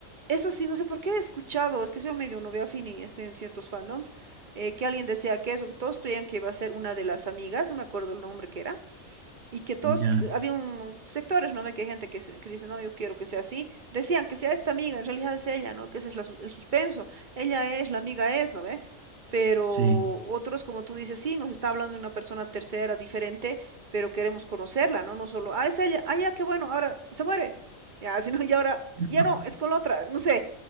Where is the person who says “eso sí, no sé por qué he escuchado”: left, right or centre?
Right